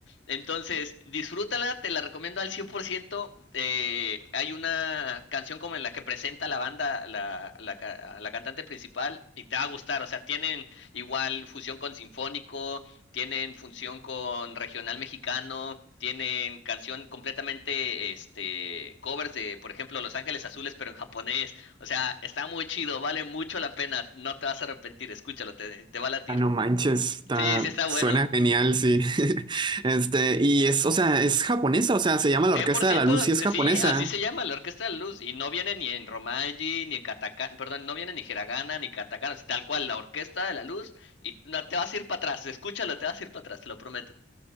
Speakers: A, on the left; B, on the right.
A: Entonces, disfrútala, te la recomiendo al 100%. Eh, hay una canción como en la que presenta la banda, la, la, la cantante principal, y te va a gustar. O sea, tienen igual fusión con sinfónico, tienen fusión con regional mexicano, tienen canción completamente, este, covers de, por ejemplo, Los Ángeles Azules, pero en japonés. O sea, está muy chido, vale mucho la pena. No te vas a arrepentir, escúchalo, te, te va a latir.
B: Ah, no manches, está,
A: Sí, sí, está bueno.
B: suena genial, sí. <laughs> Este, y es, o sea, es japonesa, o sea, se llama
A: cien
B: la Orquesta
A: por ciento
B: de la Luz y es japonesa.
A: sí, así se llama la Orquesta de la Luz. Y no viene ni en Romaji, ni en Katakana, perdón, no viene ni Hiragana, ni Katakana, así tal cual, la Orquesta de la Luz. Y no, te vas a ir para atrás, escúchalo, te vas a ir para atrás, te lo prometo.